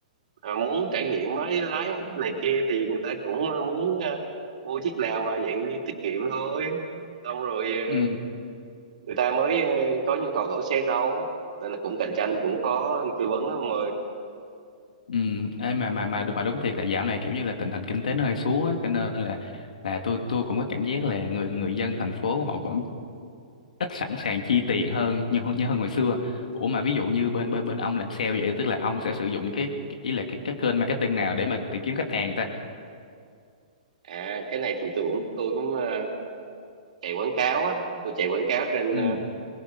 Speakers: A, on the right; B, on the left.
A: à, muốn trải nghiệm mới lái này kia thì người ta cũng à, muốn à, mua chiếc nào mà dạng như tiết kiệm thôi xong rồi
B: ừ
A: ờ, người ta mới ờ, có nhu cầu đổi xe sau nên là cũng cạnh tranh cũng khó tư vấn lắm ông
B: Ừ, ấy mà mà mà mà đúng thiệt là dạo này kiểu như là tình hình kinh tế nó hơi xuống á, cho nên là là tôi tôi cũng có cảm giác là người người dân thành phố họ cũng ít sẵn sàng chi tiền hơn như như hơn hồi xưa. Ủa mà ví dụ như bên bên bên ông làm sale vậy tức là ông sẽ sử dụng cái cái- ý là cái cái kênh marketing nào để mà tìm kiếm khách hàng ta?
A: À cái này thì tôi cũng tôi cũng ờ, chạy quảng cáo á, tôi chạy quảng cáo trên
B: Ừ
A: ờ,